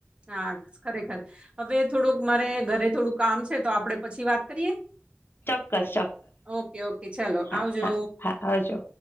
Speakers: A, on the right (about 25°); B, on the left (about 55°).
A: હા ખરેખર. હવે થોડુંક મારે ઘરે થોડું કામ છે. તો આપડે પછી વાત કરીએ?
B: ચોક્કસ
A: ઓકે ઓકે ચાલો
B: હા
A: આવજો
B: હા. આવજો